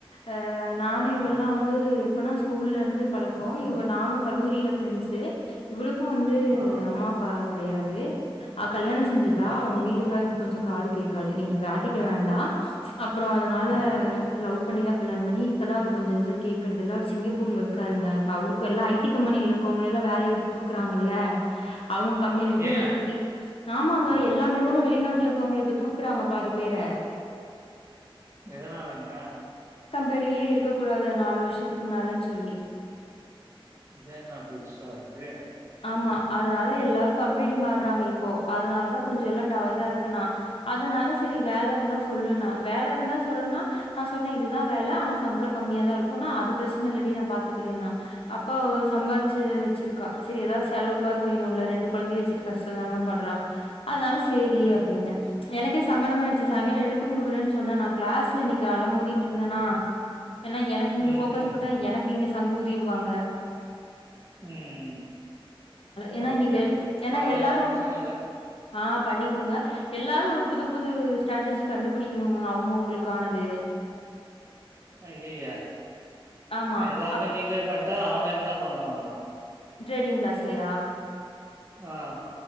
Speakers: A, on the left; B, on the right.
A: அ நானு இவெல்லா
B: ஆ,
A: வந்து ப்பனா ஸ்கூல்லருந்து பழக்கோ இவ நானு கல்லூரில ஃபிரண்ட்ஸ் இவளு க்கு வந்து
B: ஆ.
A: அம்மாப்பா கெடயாது அவ கல்யாணோ செஞ்சிட்டா
B: ம்,
A: அவுங்க வீட்டுக்காரு கொஞ்சோ காது கேட்காது நீங் காட்டிக்க வேண்டா அப்றோ அதனால
B: ம்.
A: லவ் பண்ணிதா கல்யாண பண்ணி இப்பதா அவர் கொஞ்ச கேக்குறதுல்ல அவர் சிங்கப்பூர்ல இருக்காருங்க இப்ப அவருக்கு எல்லா ஐ டி கம்பெனில இருக்கவங்களையெல்லா வேலைய விட்டு தூக்குறாங்கல்ல அவ்ங்க கம்பெனில இருந்து
B: ஏன்?
A: இப்ப தூக்கி ஆமாங்க எல்லா நிறுவன வெளிநாட்டுல இருக்கவ்ங்கல இப்ப தூக்குறாங்க பாதி பேர
B: எதனாலங்க
A: கம்பெனிலே இருக்க கூடாதுயா நாலு வர்ஷத்துக்கு மேலன் சொல்லி
B: இதேனப் புதுசாருக்கு
A: ஆமா அதனால எல்லாரு கம்பெனி மாறாங்க இப்போது அதனால தா கொஞ்சோ எல்லா டா இதா இருக்குனா அதனால செரி வேல இருந்தா சொல்லுன்னா வேல இருந்தா சொல்லுன்னா நா சொன்னே இதுதா வேல ஆனா சம்பளோ கம்மியாக தா இருக்குன்னு அது பிரச்சனை இல்லா டி நா பாத்துக்கறேன்னா அப்பே சம்பாரிச்சு வெச்சிருக்கா செரி எதாவது செலவுக்காவது வேணுல்ல ரெண்டு கொழந்தைய வெச்சுட்டு கஷ்ட தாங்க பட்றா அதனால சேரி
B: ம்.
A: அப்டினே எனக்கே சங்கடமா ஆயிருச்சு சாயிங்காலோ
B: ம்,
A: எடுத்து குடுக்குறேன்னு சொ சொன்னே நா கிளாஸ்ல இன்னைக்கு அல மோதிட்டுருந்தனா ஏனா எனக்கு இங்க
B: ம்.
A: ஃபோக்கஸ் போட்டா எனக்கு இங்கஸ் சங்கூதிருவாங்க
B: உம் உம்
A: ஏன்னா
B: ஓகே
A: இன்னைக்கு எல்
B: ஓகே
A: ஏன்னா
B: பாயலா
A: எல்லாரும்
B: பிரச்சனல்ல
A: ஆ பண்ணி குடுங்க எல்லாரு ஒரு புது புது ஸ்டேட்டஜி கண்டுபிடிக்கணுங்க அவுங்க அங்களுக்கானது
B: ஐயேயே
A: ஆமா
B: அஹ் எல்லாமே
A: அ
B: நீங்களே பண் த்த அவங்க என்னதா பண்ணுவாங்களா
A: ட்ரேடிங் கிளாஸ்லயா
B: ஆஹ்